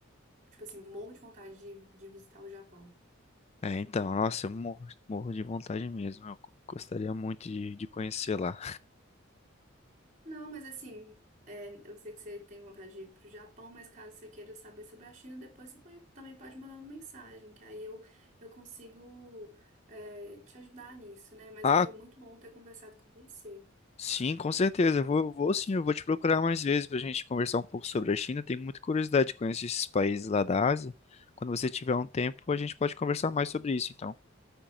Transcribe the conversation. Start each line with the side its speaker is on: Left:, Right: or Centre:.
Right: tipo assim, morro de vontade de, de visitar o Japão.
Left: É, então, nossa, eu morro, morro de vontade mesmo. Eu gostaria muito de, de conhecer lá.
Right: Não, mas assim, é, eu sei que você tem vontade de ir pro Japão, mas caso você queira saber sobre a China, depois você pode- também pode mandar uma mensagem, que aí eu, eu consigo, é, te ajudar nisso, né? Mas
Left: Ah,
Right: foi muito bom ter conversado com você.
Left: sim, com certeza. Eu vou, eu vou sim, eu vou te procurar mais vezes pra gente conversar um pouco sobre a China. Tenho muita curiosidade de conhecer esses países lá da Ásia. Quando você tiver um tempo, a gente pode conversar mais sobre isso, então.